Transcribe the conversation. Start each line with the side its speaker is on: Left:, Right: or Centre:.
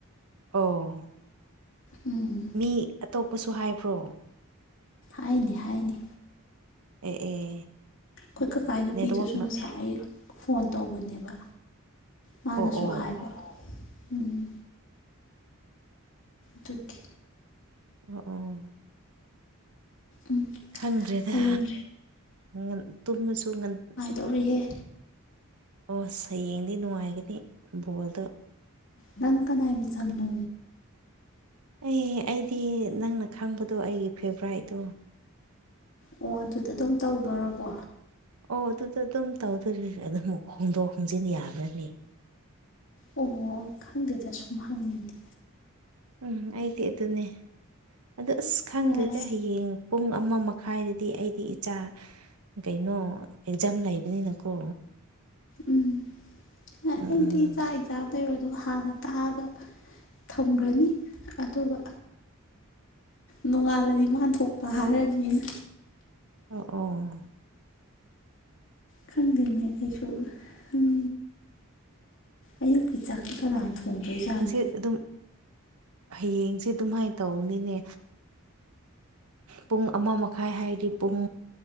Right: ꯑꯧ
Left: ꯎꯝ
Right: ꯃꯤ ꯑꯇꯣꯞꯄꯁꯨ ꯍꯥꯏꯕ꯭ꯔꯣ
Left: ꯍꯥꯏꯅꯦ ꯍꯥꯏꯅꯦ
Right: ꯑꯦ ꯑꯦ
Left: ꯑꯩꯈꯣꯏ ꯀꯀꯥ ꯅꯨꯄꯤꯗꯨꯁꯨ
Right: ꯅꯦꯠꯋꯥꯛꯅ
Left: ꯉꯁꯥꯏ ꯐꯣꯟ ꯇꯧꯕꯅꯦꯕ ꯃꯥꯅꯁꯨ
Right: ꯑꯣ ꯑꯣ
Left: ꯍꯥꯏꯕ ꯎꯝ ꯇꯨꯀꯤ
Right: ꯑꯃ ꯑꯣ
Left: ꯎꯝ
Right: ꯈꯪꯗ꯭ꯔꯦꯗ
Left: ꯍꯌꯦꯡ
Right: ꯉꯜ ꯇꯨꯝꯃꯁꯨ ꯉꯟ__
Left: ꯇꯧꯔꯤꯍꯦ
Right: ꯑꯣꯁ ꯍꯌꯦꯡꯗꯤ ꯅꯨꯡꯉꯥꯏꯒꯅꯤ ꯕꯣꯜꯗ
Left: ꯅꯪꯀꯅꯥꯏ ꯃꯤꯆꯪꯅꯣ
Right: ꯑꯦ ꯑꯩꯗꯤ ꯅꯪꯅ ꯈꯪꯕꯗꯣ ꯑꯩꯒꯤ ꯐꯦꯚꯔꯥꯏꯠꯇꯣ
Left: ꯑꯣ ꯑꯗꯨꯗ ꯑꯗꯨꯝ ꯇꯧꯗꯣꯔꯕꯣ
Right: ꯑꯣ ꯑꯗꯨꯗ ꯑꯗꯨꯝ ꯇꯧꯗꯔꯦ ꯑꯗꯨꯝ ꯍꯣꯡꯗꯣꯛ ꯍꯣꯡꯖꯤꯟ ꯌꯥꯕ꯭ꯔꯅꯦ
Left: ꯑꯣ ꯈꯪꯗꯦꯗ ꯁꯨꯝ ꯍꯪꯉꯤꯅꯤ
Right: ꯎꯝ ꯑꯩꯗꯤ ꯑꯗꯨꯅꯦ ꯑꯗꯣ ꯑꯁ ꯈꯪꯗꯦꯗ
Left: ꯑꯣ
Right: ꯍꯌꯦꯡ ꯄꯨꯡ ꯑꯃ ꯃꯈꯥꯏꯗꯗꯤ ꯑꯩꯗꯤ ꯏꯆꯥ ꯒꯩꯅꯣ ꯑꯦꯛꯖꯥꯝ ꯂꯩ__ ꯕꯤꯅꯤꯅꯀꯣ
Left: ꯎꯝ ꯑꯩꯗꯤ
Right: ꯎꯝ ꯎꯝ
Left: ꯆꯥꯛ ꯑꯦꯛꯖꯥꯝ ꯂꯩꯕꯗꯣ ꯍꯥꯟꯅ ꯇꯥꯛꯑꯒ ꯊꯝꯒ꯭ꯔꯅꯤ ꯑꯗꯨꯒ ꯅꯣꯡꯉꯥꯜꯂꯗꯤ ꯃꯥꯟ ꯊꯣꯛꯄ ꯍꯥꯏꯔꯅꯤꯅ
Right: ꯑꯣ ꯑꯣ
Left: ꯈꯪꯗꯦꯅꯦ ꯑꯩꯁꯨ ꯎꯝ ꯑꯌꯨꯛꯀꯤ ꯆꯥꯛꯇꯤ ꯀꯅꯥꯥꯅ ꯊꯣꯡꯗꯣꯏ ꯖꯥꯠꯅꯣ
Right: ꯑꯦ ꯑꯗꯨꯝ ꯍꯌꯦꯡꯖꯦ ꯑꯗꯨꯃꯥꯏꯅ ꯇꯧꯅꯤꯅꯦ ꯄꯨꯡ ꯑꯃ ꯃꯛ__ ꯈꯥꯏ ꯍꯥꯏꯔꯗꯤ ꯄꯨꯡ